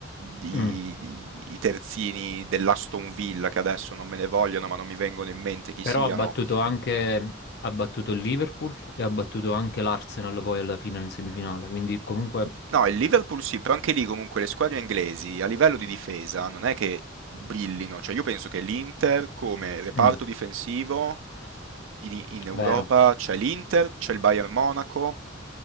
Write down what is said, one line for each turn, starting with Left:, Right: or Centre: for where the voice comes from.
Right: i,
Left: Mm.
Right: i- i terzini dell'Aston Villa, che adesso non me ne vogliono, ma non mi vengono in mente chi
Left: Però
Right: siano.
Left: ha battuto anche, ha battuto il Liverpool e ha battuto anche l'Arsenal poi alla fine in semifinale, quindi comunque,
Right: No, il Liverpool sì, però anche lì comunque le squadre inglesi a livello di difesa non è che brillino, cioè io penso che l'Inter come reparto
Left: mm,
Right: difensivo in, in Europa
Left: vero,
Right: c'è l'Inter, c'è il Bayern Monaco